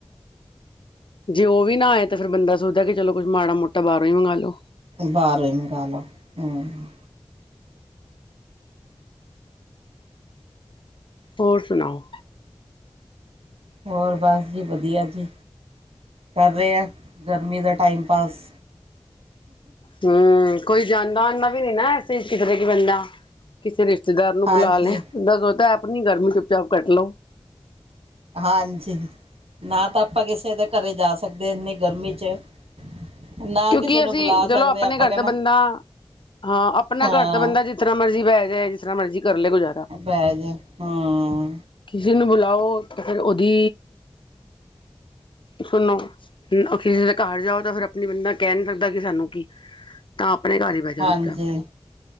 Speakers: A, on the left; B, on the right.
A: ਜੇ ਉਹ ਵੀ ਨਾ ਆਏ, ਤਾਂ ਫਿਰ ਬੰਦਾ ਸੋਚਦਾ ਕਿ ਚਲੋ ਕੁਛ ਮਾੜਾ ਮੋਟਾ ਬਾਹਰੋਂ ਹੀ ਮੰਗਾ ਲ ਲੋ।
B: ਬਾਰੇ <unintelligible> ਲਓ ਹੂੰ,
A: ਹੋਰ ਸੁਣਾਓ?
B: ਹੋਰ ਬਸ ਜੀ ਵਧੀਆ ਜੀ ਕਰ ਰਿਹਾ। ਗਰਮੀ ਦਾ ਟਾਈਮ ਪਾਸ,
A: ਹੂੰ, ਕੋਈ ਜਾਂਦਾ ਆਦਾ ਵੀ ਨੀ ਨਾ ਕਿਸਤੇ ਕਿ ਬੰਦਾ, ਕਿਸੇ ਰਿਸ਼ਤੇਦਾਰ ਨੂੰ ਬੁਲਾ
B: ਹਾਂਜੀ
A: ਲੈਦਾ ਬੰਦਾ ਸੋਚਤਾ ਆਪਣੀ ਗਰਮੀ ਚੁੱਪ ਚਾਪ ਕੱਟ ਲਓ।
B: ਹਾਂਜੀ ਨਾ ਤਾਂ ਆਪਾਂ ਕਿਸੇ ਦੇ ਘਰ ਜਾ ਸਕਦੇ ਹਾਂ ਇੰਨੀ ਗਰਮੀ 'ਚ, ਨਾ
A: ਕਿਉਂਕਿ
B: ਕਿਸੇ ਨੂੰ
A: ਅਸੀਂ
B: ਬੁਲਾ ਸਕਦੇ
A: ਜਲੋਂ ਆਪਣੇ
B: ਆਪਾਂ
A: ਘਰ
B: ਕਹਿਣਾ
A: ਦਾ ਬੰਦਾ, ਹਾਂ ਆਪਣਾ
B: ਹਾਂ
A: ਘਰ ਤਾਂ ਬੰਦਾ ਜਿਸਤਰ ਮਰਜ਼ੀ ਬਹਿ ਜਾਏ, ਜਿਸ ਤਰਾ ਮਰਜ਼ੀ ਕਰ ਲੈ ਗੁਜ਼ਾਰ
B: ਪੈ ਗਿਆ ਹਾਂ,
A: ਕਿਸੇ ਨੂੰ ਬੁਲਾਓ, ਤੇ ਫਿਰ ਉਹਦੀ ਸੁਣੋ ਹੋਰ ਅਖੀ ਦੇ ਘਰ ਜਾਓ, ਤਾਂ ਫਿਰ ਆਪਣੀ ਬੰਦਾ, ਕਹਿ ਨੀ ਸਕਦਾ ਕਿ, ਸਾਨੂੰ ਕੀ ਤਾਂ ਆਪਣੇ ਘਰ ਬਹਿ ਜਾ
B: ਹਾਂਜੀ
A: ਚੁੱਪ ਚਾਪ